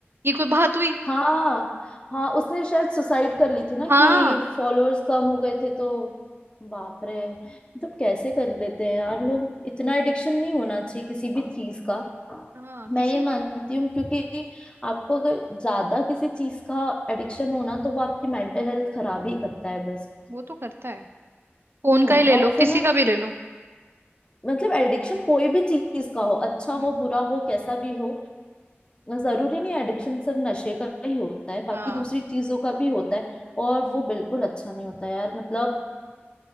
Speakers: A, on the right; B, on the left.
A: ये कोई बात हुई
B: हाँ हाँ उसने शायद सुसाइड कर ली थी ना
A: हाँ
B: कि फॉलोअर्स कम हो गए थे तो बाप रे मतलब कैसे कर लेते हैं यार लोग इतना एडिक्शन नहीं होना चाहिए किसी भी चीज का
A: हाँ
B: मैं
A: किसी
B: ये मानती हूँ क्योंकि आपको अगर ज्यादा किसी चीज का एडिक्शन होना तो वो आपकी मेंटल हेल्थ खराब ही करता है बस
A: वो तो करता है फोन
B: हम्म
A: का ही ले लो
B: और फिर
A: किसी
B: ना
A: का भी ले लो
B: मतलब एडिक्शन कोई भी चीज का हो अच्छा
A: हम्म
B: हो बुरा हो कैसा भी हो जरूरी नहीं एडिक्शन सिर्फ नशे का ही होता है बाकी
A: हाँ
B: दूसरी चीजों का भी होता है और वो बिल्कुल अच्छा नहीं होता है यार मतलब